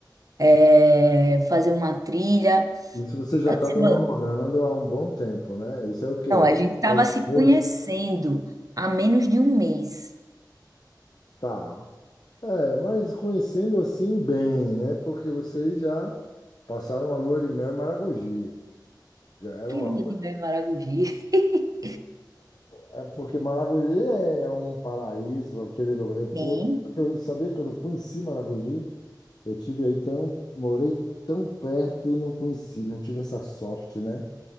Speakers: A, on the right; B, on the left.
A: é, fazer uma trilha.
B: Isso você já
A: Eu
B: estava
A: disse, "Vamos."
B: namorando há um bom tempo, né? Isso é o quê?
A: Não, a gente tava
B: Mais uma
A: se
B: vez?
A: conhecendo há menos de um mês.
B: Tá. É, mas conhecendo assim bem, né? Porque vocês já passaram a lua de mel em Maragogi. Já eram
A: Que lua
B: algo.
A: de mel em Maragogi. <laughs>
B: É, é porque Maragogi é um paraíso, aquele lugar. Eu, pude-
A: Sim,
B: eu sabia que eu não conheci Maragogi. Eu tive aí tão, morei tão perto e não conheci, não tive essa sorte, né?